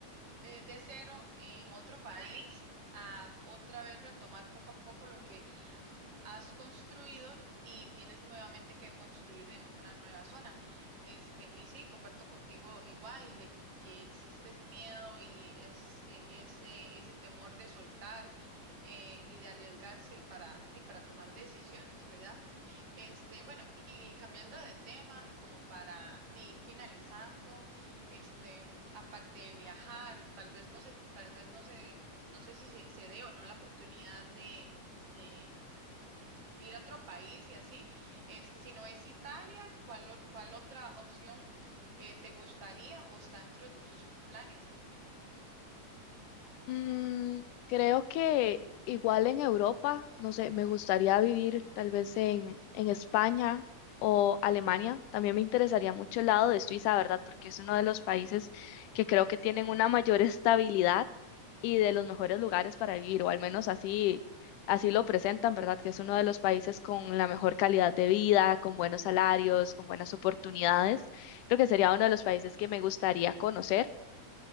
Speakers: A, on the right; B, on the left.
A: eh, de cero en otro país. a otra vez retomar poco a poco lo que has construido y tienes nuevamente que construir en una nueva zona. Este, y sí, comparto contigo igual de que existe ese miedo y es, eh, ese, ese temor de soltar eh, y de arriesgarse para, di- para tomar decisiones, ¿verdad? Este, bueno, y cambiando de tema y como para di, ir finalizando, este, aparte de viajar, tal vez no sé, tal vez no sé, no sé si se, se dé o no la oportunidad de, de ir a otro país y así. Este, si no es Italia, ¿cuál, o- cuál otra opción eh, te gustaría o está dentro de tus planes?
B: Mm, creo que igual en Europa, no sé, me gustaría vivir tal vez en, en España o Alemania. También me interesaría mucho el lado de Suiza, ¿verdad? Porque es uno de los países que creo que tienen una mayor <laughs> estabilidad y de los mejores lugares para vivir, o al menos así, así lo presentan, ¿verdad? Que es uno de los países con la mejor calidad de vida, con buenos salarios, con buenas oportunidades. Creo que sería uno de los países que me gustaría conocer.